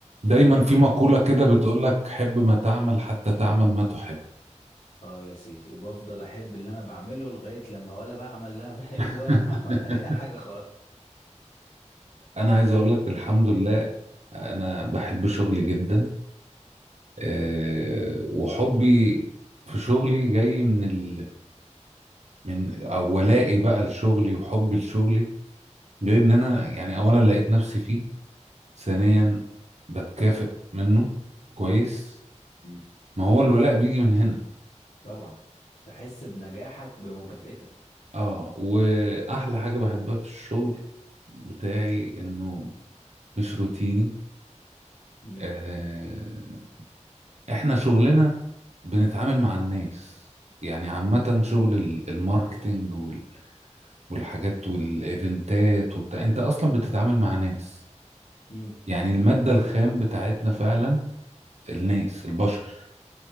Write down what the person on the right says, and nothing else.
دايما في مقولة كده بتقول لك حب ما تعمل حتى تعمل ما تحب
<laughs>
انا عايز اقول لك الحمد لله انا بحب شغلي جدا أه وحبي في شغلي جاي من ال... من او ولائي بقى لشغلي وحبي لشغلي جاي ان انا يعني اولا لقيت نفسي فيه ثانيا بتكافئ منه كويس
ما هو الولاء بيجي من هنا
اه واحلى حاجة بحبها في الشغل بتاعي انه مش روتيني
آه، احنا شغلنا بنتعامل مع الناس يعني عامة شغل ال- الماركتينج وال- والحاجات والايفنتات وبتاع انت اصلا بتتعامل مع ناس
يعني المادة الخام بتاعتنا فعلا الناس البشر